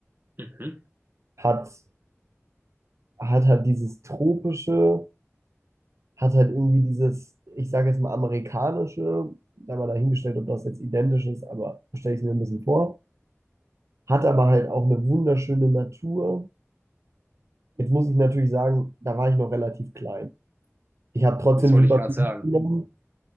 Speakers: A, on the right (about 45°); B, on the right (about 75°).
A: Mhm.
B: Hat, hat halt dieses tropische, hat halt irgendwie dieses, ich sage jetzt mal amerikanische, da mal dahingestellt, ob das jetzt identisch ist, aber stelle ich es mir ein bisschen vor. hat aber halt auch eine wunderschöne Natur. Jetzt muss ich natürlich sagen, da war ich noch relativ klein. Ich habe trotzdem
A: Das wollte
B: super
A: ich gerade
B: viel
A: sagen.
B: mitgenommen.